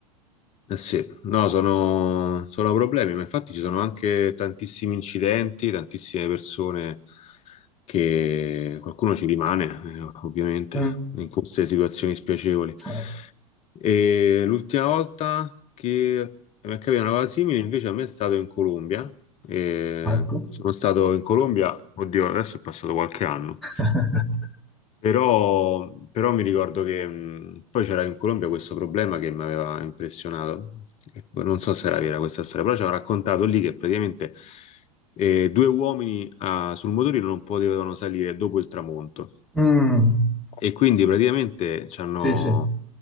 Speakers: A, on the left; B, in the centre.
A: Eh sì, no, sono, sono problemi, ma infatti ci sono anche tantissimi incidenti, tantissime persone che qualcuno ci rimane, eh, ovviamente,
B: Mm.
A: in queste situazioni spiacevoli.
B: Eh,
A: E l'ultima volta che mi è capitata una cosa simile, invece, a me è stato in Colombia. E
B: Ecco.
A: sono stato in Colombia, oddio, adesso è passato qualche anno.
B: <laughs>
A: Però, però mi ricordo che mh, poi c'era in Colombia questo problema che mi aveva impressionato. E poi Non so se era vera questa storia, però ci hanno raccontato lì che praticamente eh, due uomini ah, sul motorino non potevano salire dopo il tramonto.
B: Mm,
A: E quindi praticamente ci hanno,
B: sì, sì,